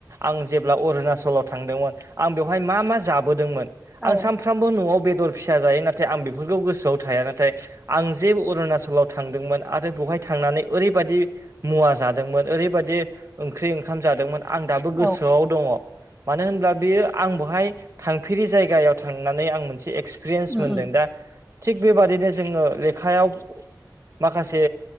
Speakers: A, on the right (about 40°); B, in the centre.
A: आं जेब्ला अरुणाचलाव थांदोंमोन आं बेवहाय मा मा जाबोदोंमोन
B: औ
A: आं साम फ्रामबो न'आव बेदर फिसा जायो नाथाय आं बेफोरखौ गोसोआव थाया नाथाय आं जे अरुणाचलाव थांदोंमोन आरो बेवहाय थांनानै ओरैबादि मुवा जादोंमोन ओरैबादि ओंख्रि ओंखाम जादोंमोन आं दाबो गोसोआव
B: औ
A: दङ मानो होनब्ला बेयो आं बेवहाय थांफेरि जायगायाव थांनानै आं मोनसे एक्सपिरियेन्स
B: उम
A: मोनदों
B: उम
A: दा थिग बेबादिनो जोंङो लेखायाव माखासे